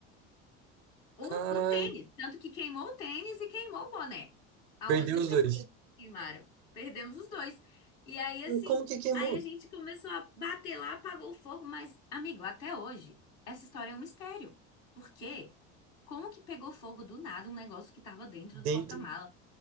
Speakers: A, on the left; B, on the right.
A: O,
B: Caralho,
A: o tênis, tanto que queimou o tênis e queimou o boné. A-
B: perdeu
A: As únicas
B: os dois.
A: coisas que queimaram. Perdemos os dois. E aí, assim,
B: Como que queimou?
A: aí a gente começou a bater lá, apagou o fogo, mas, amigo, até hoje, essa história é um mistério. Por quê? Como que pegou fogo do nada um negócio que estava dentro do
B: Dentro.
A: porta-mala?